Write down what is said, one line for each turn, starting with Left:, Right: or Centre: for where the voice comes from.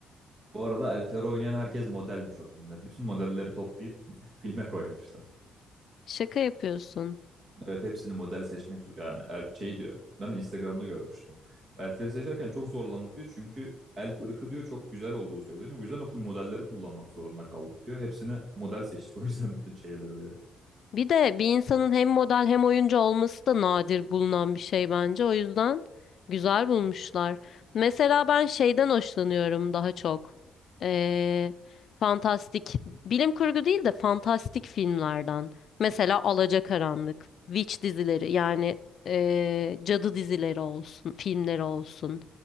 Right: Bu arada elfleri oynayan herkes modelmiş o filmde. Bütün modelleri toplayıp <laughs> filme koymuşlar.
Left: Şaka yapıyorsun.
Right: Evet hepsini model seçmek z- yani el, şey diyor. Ben Instagram'da görmüştüm. Elfleri seçerken çok zorlandık diyor. Çünkü elf ırkı diyor çok güzel olduğu söyleniyor. Bu yüzden o full modelleri kullanmak zorunda kaldık diyor. Hepsini model seçtik <laughs> o yüzden bütün şeyleri diyor.
Left: Bir de bir insanın hem model hem oyuncu olması da nadir bulunan bir şey bence. O yüzden güzel bulmuşlar. Mesela ben şeyden hoşlanıyorum daha çok. Ee, fantastik, bilim kurgu değil de fantastik filmlerden. Mesela Alacakaranlık, Witch dizileri yani ee, cadı dizileri olsun, filmleri olsun.